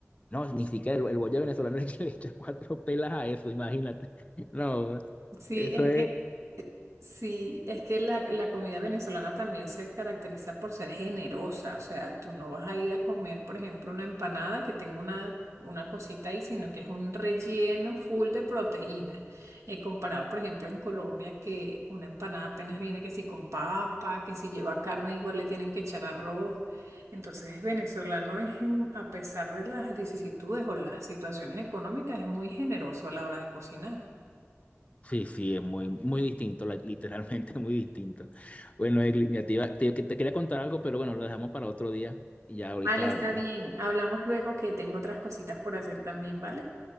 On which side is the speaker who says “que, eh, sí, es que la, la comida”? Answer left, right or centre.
Right